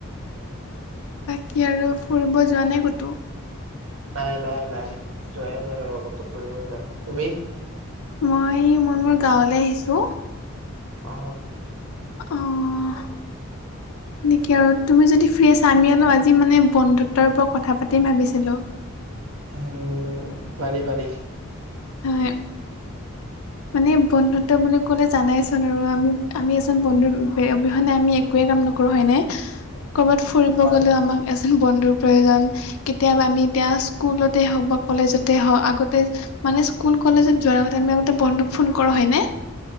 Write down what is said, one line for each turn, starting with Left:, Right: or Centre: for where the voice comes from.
Left: বাকী আৰু ফুৰিব যোৱা নাই ক'তো?
Right: নাই নাই নাই যোৱাই নাই ৰবা কতো ফুৰিব, তুমি?
Left: মই মই মোৰ গাঁৱলৈ আহিছোঁ।
Right: অ।
Left: অঁ এনেকে আৰু তুমি যদি ফ্ৰী আমি অলপ আজি মানে বন্ধুত্বৰ ওপৰত কথা পাতি ভাবিছিলোঁ।
Right: উ পাৰি পাৰি।
Left: হয়। মানে বন্ধুত্ব বুলি ক'লে জানাইচোন আৰু আমি আমি এজন বন্ধু অবিহনে আমি একোৱে কাম নকৰোঁ হয়নে? ক'ৰবাত ফুৰিব
Right: হয়
Left: গ'লেও আমাক এজন বন্ধুৰ প্ৰয়োজন। কেতিয়াবা আমি এতিয়া স্কুলতে হওঁক বা কলেজতে হওঁক আগতে মানে স্কুল কলেজত যোৱাৰ আগতে আমি আগতে বন্ধুক ফোন কৰোঁ হয়েনে?